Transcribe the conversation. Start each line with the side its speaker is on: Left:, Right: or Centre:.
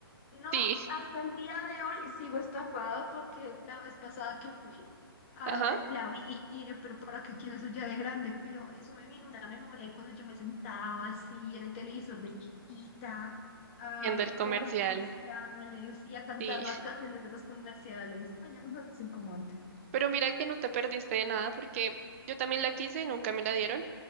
Left: No,
Right: sí, <laughs>
Left: hasta el día de hoy sigo estafada porque la vez pasada que fui, a
Right: ajá,
Left: ver, la vi y yo, pero ¿para qué quiero eso ya de grande? Pero eso me viene una memoria de cuando yo me sentaba así en el televisor de chiquita, a
Right: viendo
Left: ver
Right: el comercial,
Left: todos los comerciales y a cantar
Right: sí.
Left: las canciones de los comerciales. Ay, ya no nos hacen como antes.
Right: Pero mira que no te perdiste de nada porque yo también la quise, nunca me la dieron,